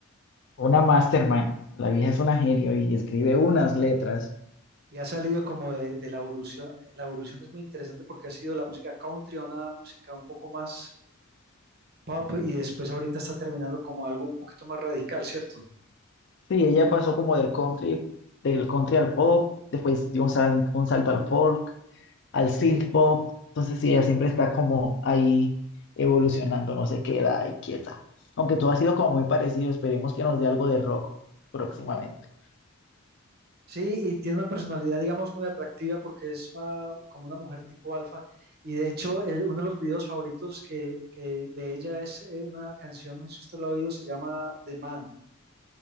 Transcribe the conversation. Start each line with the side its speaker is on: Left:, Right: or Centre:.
Left: una mastermind. La vieja es una genio y escribe unas letras.
Right: y ha salido como de, de la evolución. La evolución es muy interesante porque ha sido la música country a una música un poco más pop y después ahorita está terminando como algo un poquito más radical, ¿cierto?
Left: Sí, ella pasó como del country, del country al pop, después dio un, sal- un salto al folk, al
Right: Ok,
Left: synth pop. Entonces sí, ella siempre está como ahí evolucionando, no se queda ahí quieta. Aunque todo ha sido como muy parecido, esperemos que nos dé algo de rock próximamente.
Right: Sí, y tiene una personalidad, digamos, muy atractiva porque es una- como una mujer tipo alfa. Y de hecho, el- uno de los videos favoritos que, que de ella es eh, una canción, no sé si usted la ha oído, se llama The Man.